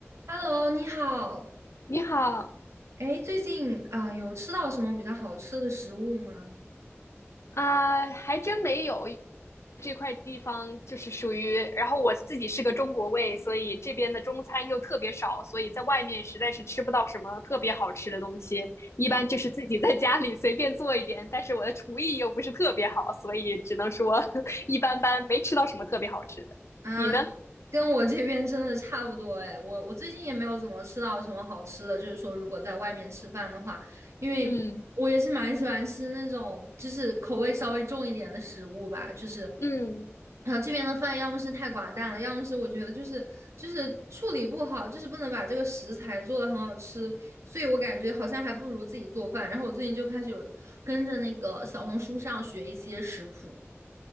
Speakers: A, on the right; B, on the left.
A: Hello，你好。
B: 你好
A: 哎，最近啊，有吃到什么比较好吃的食物吗？
B: 啊，还真没有这块地方就是属于，然后我自己是个中国胃，所以这边的中餐又特别少，所以在外面实在是吃不到什么特别好吃的东西，一般就是自己在家里随便做一点，但是我的厨艺又不是特别好，所以只能说 <laughs> 一般般，没吃到什么特别好吃的。
A: 啊，
B: 你呢？
A: 跟我这边真的差不多哎，我我最近也没有怎么吃到什么好吃的，就是说如果在外面吃饭的话，因为我也是蛮喜欢吃那种就是口味稍微重一点的食物吧，
B: 嗯
A: 就是，
B: 嗯，
A: 然后这边的饭要么是太寡淡了，要么是我觉得就是就是处理不好，就是不能把这个食材做的很好吃，所以我感觉好像还不如自己做饭。然后我最近就开始有跟着那个小红书上学一些食谱。